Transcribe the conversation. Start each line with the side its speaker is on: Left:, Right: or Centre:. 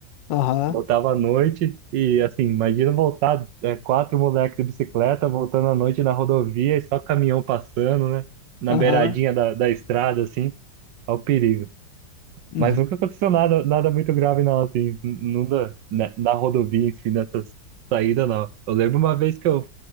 Left: Aham,
Right: Voltava à noite e assim, imagina voltar é, quatro moleques de bicicleta voltando à noite na rodovia e só caminhão passando, né? Na
Left: aham.
Right: beiradinha da, da estrada, assim, ao perigo.
Left: uhum.
Right: Mas nunca aconteceu nada, nada muito grave, não, assim, não na, na na rodovia, assim, nessas saídas, não. Eu lembro uma vez que eu,